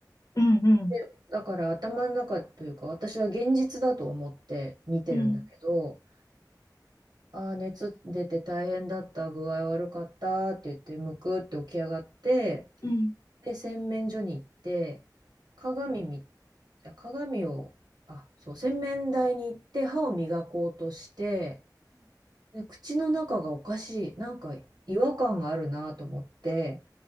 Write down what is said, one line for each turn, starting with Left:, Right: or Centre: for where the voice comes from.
Left: うんうん
Right: で、だから頭の中というか私は現実だと思って見てるんだけど、
Left: うん
Right: ああ、熱出て大変だった、具合悪かったって言ってむくって起き上がって、
Left: うんうん
Right: で、洗面所に行って、鏡み、あ鏡を、あ、そう、洗面台に行って歯を磨こうとして、で、口の中がおかしい、なんか違和感があるなと思って、